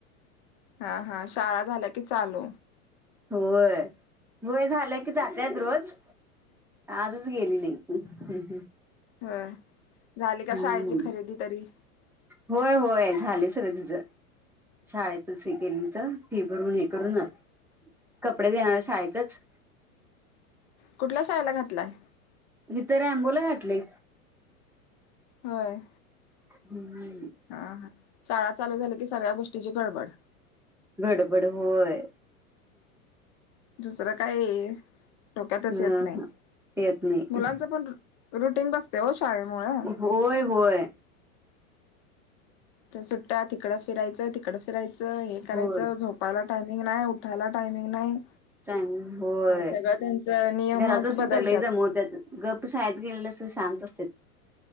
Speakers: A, on the left; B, in the centre.
A: हा हा शाळा झाल्या की चालू
B: होय वय झालं की जातायत रोज आजच गेली नाही त
A: ह झाली का
B: हम्म
A: शाळेची खरेदी तरी
B: होय होय झाले सगळं तिझं शाळेतच हे केली तर फी भरून हे करू ना कपडे देणारऱ्या शाळेतच
A: कुठल्या शाहाळेला घातलाय
B: जर आंबोला घातले
A: होय
B: हम्म
A: हा हा शाळा चालू झाली की सगळ्या गोष्टींची गडबड
B: गडबड होय
A: दुसरं काय डोक्यातच
B: ह
A: येत नाही
B: येत नाही
A: मुलांचं पण रुटीन बसते हो शाळे मु ह
B: होय होय
A: तर सुट्ट्या तिकडं फिरायचं तिकडं फिरायचं हे करायचं
B: होय
A: झोपायला टायमिंग नाही उठायला टायमिंग नाही
B: टग होय
A: सगळं त्यांचं नियमच
B: घरात असल
A: बदलत्यात
B: तर लै जम त्या्यात गप् शाळेत गेलेलं असत शांत असते